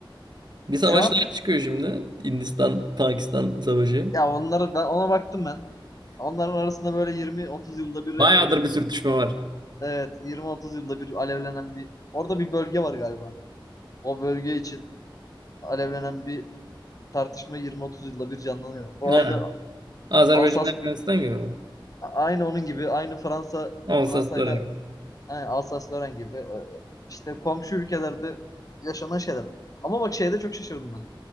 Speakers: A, on the right; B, on the left.
A: <laughs> Bir savaşlar
B: Şu an
A: çıkıyor şimdi. Hindistan-Pakistan savaşı.
B: ya onları ben ona baktım ben. Onların arasında böyle 20-30 yılda bir
A: Bayağıdır
B: hep böyle bir
A: bir sürtüşme
B: sürü-
A: var.
B: evet 20-30 yılda bir alevlenen bir orada bir bölge var galiba. O bölge için alevlenen bir tartışma 20-30 yılda bir canlanıyor. Bu
A: Ha.
B: aynı
A: Azerbaycan
B: Alsas
A: Ermenistan gibi mi?
B: aynı onun gibi aynı Fransa
A: Olsa
B: Fransa'yla
A: dönem.
B: aynı Alsas-Lorraine gibi e, işte komşu ülkelerde yaşanan şeyler. Ama bak şeyde çok şaşırdım ben.